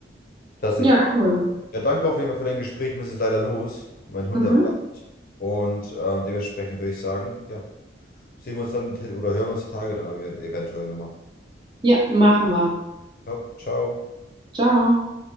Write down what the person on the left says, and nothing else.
Das sehe
ich auch.
Ja, danke auf jeden Fall für dein Gespräch. Ich muss jetzt leider los. Mein Hund
erwartet. Und ähm, dementsprechend würde ich sagen, ja. Sehen wir uns dann oder hören wir uns die Tage dann eventuell nochmal.
Ja, ciao.